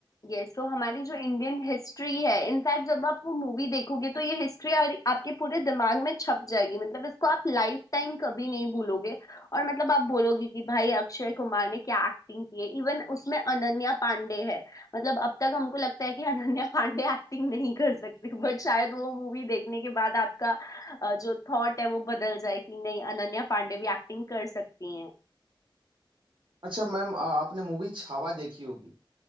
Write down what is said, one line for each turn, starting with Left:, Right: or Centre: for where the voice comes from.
Left: ये सो हमारी जो इंडियन हिस्ट्री है इनफैक्ट जब आप वो मूवी देखोगे तो ये हिस्ट्री आपके पूरे दिमाग में छप जाएगी मतलब इसको आप लाइफ टाइम कभी नहीं भूलोगे और मतलब आप बोलोगे कि भाई अक्षय कुमार ने क्या एक्टिंग की है इवन उसमें अनन्या पांडे है मतलब अब तक हमको लगता है कि <laughs> अनन्या पांडे एक्टिंग नहीं कर सकती बट शायद वो मूवी देखने के बाद आपका अ, जो थॉट है वो बदल जाए कि नहीं अनन्या पांडे भी एक्टिंग कर सकती हैं
Right: अच्छा मैम आ- आपने मूवी छावा देखी होगी